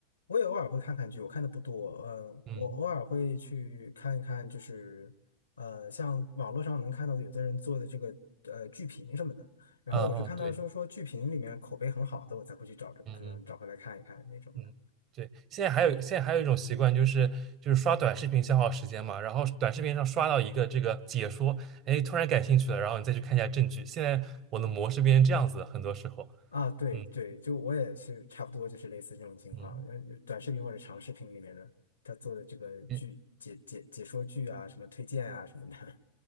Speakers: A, on the left (about 75°); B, on the right (about 35°).
A: 我也偶尔会看看剧，我看的不多。呃，
B: 嗯
A: 我偶尔会去看一看，就是呃，像网络上能看到的有的人做的这个呃剧评什么的。然后我是看到就是说剧评里面口碑很好的，
B: 嗯嗯，对，
A: 我才会去找着，
B: 嗯嗯
A: 可能找回来看一看那种的。
B: 嗯，对。现在还有现在还有一种习惯，就是就是刷短视频消耗时间嘛，然后短视频上刷到一个这个解说，哎，突然感兴趣了，然后你再去看一下证据。现在我的模式变成这样子了很多时候，
A: 啊，对对，
B: 嗯
A: 就我也是差不多就是类似这种情况，
B: 嗯，
A: 呃，短视频或者长视频里面的他做的这个剧解解解说剧啊，
B: 你
A: 什么推荐啊什么的。